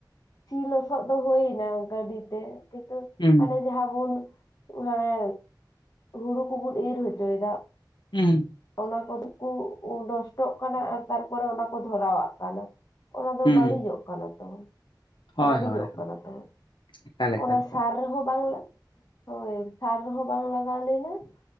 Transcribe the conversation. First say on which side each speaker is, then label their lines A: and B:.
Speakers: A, on the left (about 45°); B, on the left (about 80°).
A: ᱥᱤ ᱞᱚᱥᱚᱫ ᱫᱚ ᱦᱩᱭ ᱮᱱᱟ ᱜᱟᱹᱰᱤ ᱛᱮ ᱾ ᱠᱤᱱᱛᱩ
B: ᱦᱩᱸ
A: ᱦᱟᱱᱮ ᱡᱟᱦᱟᱸ ᱵᱚᱱ ᱦᱟᱱᱮ ᱦᱩᱲᱩ ᱠᱚᱵᱩᱱ ᱤᱨ ᱦᱚᱪᱚ ᱭᱮᱫᱟ,
B: ᱩᱸ
A: ᱚᱱᱟ ᱠᱚᱫᱚ ᱠᱩ ᱱᱚᱥᱴᱚᱜ ᱠᱟᱱᱟ ᱟᱨ ᱛᱟᱨᱯᱚᱨᱮ ᱚᱱᱟ ᱠᱚ ᱫᱷᱚᱨᱟᱣᱟᱜ ᱠᱟᱱᱟ ᱾ ᱚᱱᱟ ᱫᱚ
B: ᱦᱩᱸ
A: ᱵᱟᱹᱲᱤᱡᱚᱜ ᱠᱟᱱᱟ ᱛᱚ,
B: ᱦᱳᱭ
A: ᱜᱟᱹᱲᱤᱡᱚᱜ
B: ᱦᱳᱭ
A: ᱠᱟᱱᱟ ᱛᱚᱼᱼ
B: ᱮᱠᱟᱞ ᱮᱠᱟᱞ
A: ᱚᱱᱟ
B: ᱮᱠᱟᱞ
A: ᱥᱟᱨ ᱨᱮᱦᱚᱸ ᱵᱟᱝ ᱦᱚᱭ ᱥᱟᱨ ᱨᱮᱦᱚᱸ ᱵᱟᱝ ᱞᱟᱜᱟᱣ ᱞᱮᱱᱟ ᱾